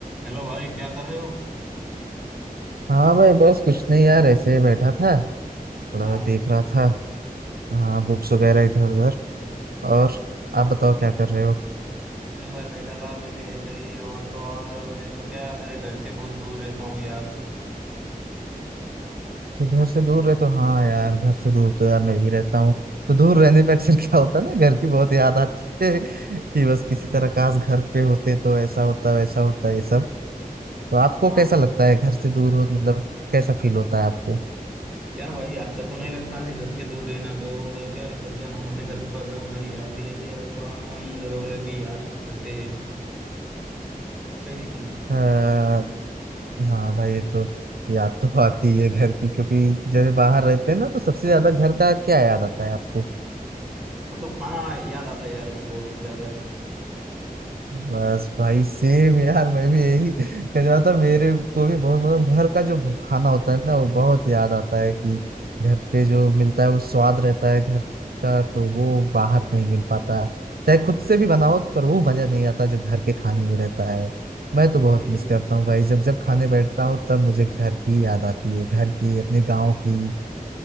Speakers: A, in the centre; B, on the right.
A: Hello भाई क्या कर रहे हो
B: हाँ भाई बस कुछ नहीं यार ऐसे ही बैठा था थोड़ा
A: हाँ
B: देख रहा था हाँ बुक्स वगैरह इधर उधर और आप बताओ क्या कर रहे हो
A: उतने बार बैठा था मैं भी ऐसा ही और तो और मैं तो क्या मेरे घर से बहुत दूर रहता हूँ यार
B: तो घर से दूर रहे तो हाँ यार घर से दूर तो यार मैं भी रहता हूँ तो दूर रहने पे अक्सर <laughs> क्या होता है ना घर की बहुत याद आती है <laughs> कि बस किसी तरह काश घर पे होते तो ऐसा होता वैसा होता ये सब तो आपको
A: हाँ
B: कैसा
A: भाई
B: लगता है घर से दूर हो मतलब कैसा फील होता है आपको
A: क्या भाई अच्छा तो नहीं लगता अभी घर से दूर रहना तो उधर क्या सब जन हमारे घर पर हमारी याद भी लेते हैं और तो और हम घर वालों की याद करते हैं सही है कि नहीं
B: आ, हाँ भाई ये तो याद तो आती है घर की क्योंकि जब बाहर रहते हैं ना तो सबसे ज्यादा घर का क्या याद आता है आपको
A: मतलब खाना याद आता है यार मेरे को ज्यादा
B: बस भाई सेम यार मैं भी यही कह रहा था मेरे को भी बहुत मतलब घर का जो खाना होता है ना वो बहुत याद आता है कि घर पे जो मिलता है वो स्वाद रहता है घर का तो वो बाहर नहीं मिल पाता चाहे खुद से भी बनाओ पर वो मजा नहीं आता जो घर के खाने में रहता है मैं तो बहुत
A: सही
B: मिस
A: है।
B: करता हूँ भाई जब जब खाने बैठता हूँ तब मुझे घर की याद आती है घर की अपने गाँव की